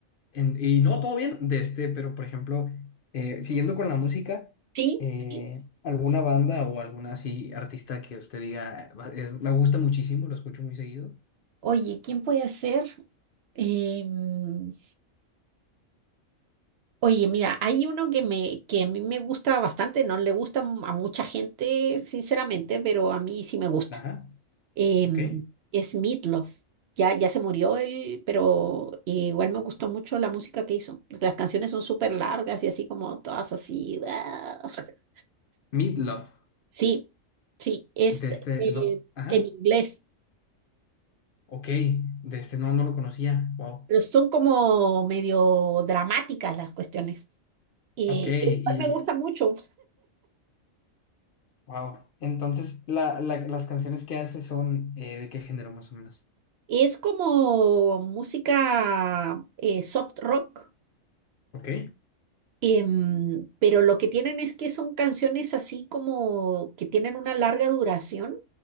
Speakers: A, on the left (about 70°); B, on the right (about 65°).
A: en- y no, todo bien, de este, pero por ejemplo, eh, siguiendo con la música,
B: Sí,
A: eh,
B: sí.
A: alguna banda o alguna así artista que usted diga, "Va- es- me gusta muchísimo, lo escucho muy seguido.
B: Oye, ¿quién puede ser? Em, oye, mira, hay uno que me, que a mí me gusta bastante, no le gusta m- a mucha gente, sinceramente, pero a mí sí me gusta.
A: Ajá,
B: Em,
A: ok.
B: es Meatloaf. Ya, ya se murió él, pero eh, igual me gustó mucho la música que hizo. Las canciones son súper largas y así como todas así. <laughs>
A: Meatloaf,
B: Sí, sí, es
A: de este,
B: eh,
A: no, ajá,
B: en inglés,
A: ok, de este no, no lo conocía, wow,
B: pero son como medio dramáticas las cuestiones. Eh,
A: ok, y
B: pero igual me gusta mucho.
A: wow. Entonces, la, la- las canciones que hace son eh, de qué género más o menos.
B: Es como música eh, soft rock,
A: Ok,
B: em, pero lo que tienen es que son canciones así como que tienen una larga duración,